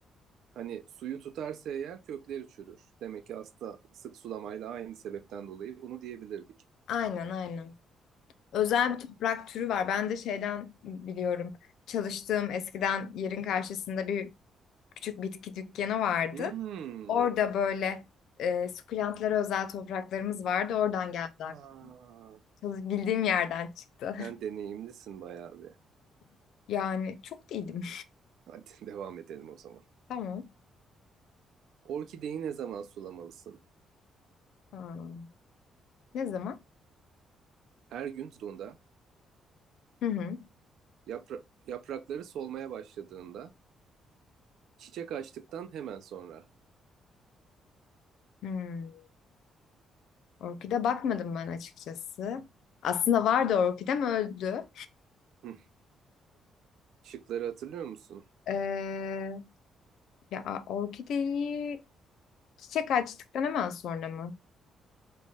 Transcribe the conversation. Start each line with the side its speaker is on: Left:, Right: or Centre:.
Right: Hani suyu tutarsa eğer kökleri çürür. Demek ki aslında sık sulamayla aynı sebepten dolayı bunu diyebilirdik.
Left: Aynen aynen. Özel
Right: Tamam.
Left: bir toprak türü var. Ben de şeyden biliyorum. Çalıştığım eskiden yerin karşısında bir küçük bitki dükkanı vardı.
Right: Hmm.
Left: Orada böyle e, sukulentlara özel topraklarımız vardı. Oradan geldi. aklıma.
Right: Aa,
Left: Çalı- Bildiğim yerden çıktı.
Right: sen deneyimlisin bayağı bir.
Left: <laughs> Yani çok değilim.
Right: Hadi <laughs> devam edelim o zaman.
Left: <laughs> Tamam.
Right: Orkideyi ne zaman sulamalısın?
Left: Ha, Ne zaman?
Right: Her gün suladuğunda,
Left: Hı hı.
Right: yapra- yaprakları solmaya başladığında, çiçek açtıktan hemen sonra.
Left: Hmm. Orkide bakmadım ben açıkçası. Aslında vardı orkidem öldü.
Right: Hı, Şıkları hatırlıyor musun?
Left: Ee, ya orkideyi Çiçek açtıktan hemen sonra mı?